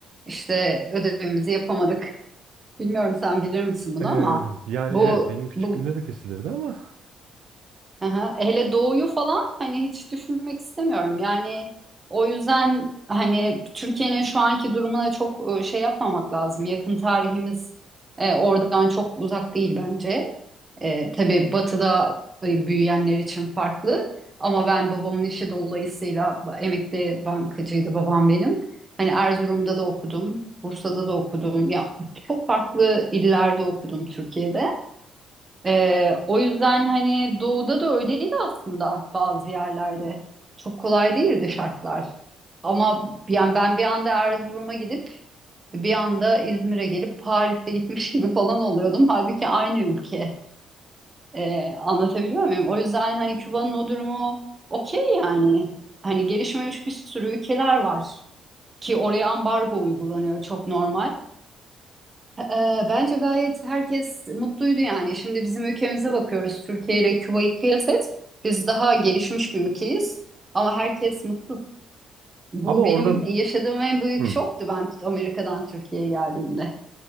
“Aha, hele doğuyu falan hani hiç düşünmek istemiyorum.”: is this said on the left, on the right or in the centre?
Right